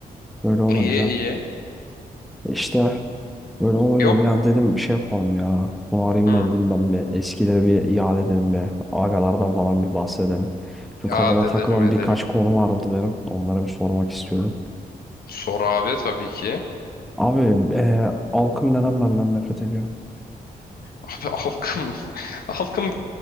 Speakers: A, in the centre; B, on the left (about 70°).
A: böyle olunca.
B: İyi iyi.
A: işte. Böyle olunca
B: Yok.
A: bir an dedim şey yapalım ya. Bunu arayayım
B: Hmm.
A: da dedim ben bir eskileri bir iade edelim bir. Agalardan falan bir bahsedelim. Çünkü
B: Ya
A: kafama
B: edelim
A: takılan
B: edelim.
A: birkaç konu vardı benim. Onları bir sormak istiyorum.
B: Sor abi tabii ki.
A: Abi e, halkım neden benden nefret ediyor?
B: Abi halkım, <laughs> halkım